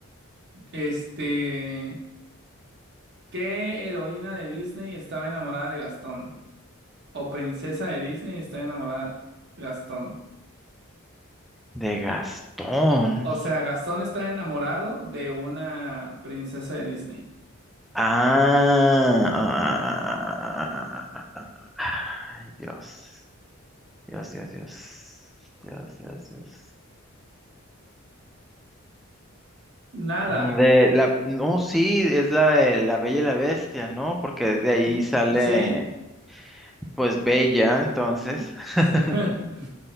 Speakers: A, on the right; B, in the centre.
A: Este. ¿Qué heroína de Disney estaba enamorada de Gastón? ¿O princesa de Disney está enamorada de Gastón?
B: De Gastón.
A: O sea, Gastón está enamorado de una princesa de Disney.
B: Ah, ah, ah, ah, ah, ah, ah. ah. Ay, Dios. Dios, Dios, Dios. Dios, Dios, Dios.
A: Nada.
B: De la, no, sí, es la de La Bella y la Bestia, ¿no? Porque de ahí
A: Mm,
B: sale,
A: ¿Sí?
B: pues, Bella, entonces.
A: Mm, Sí.
B: <laughs>
A: <laughs>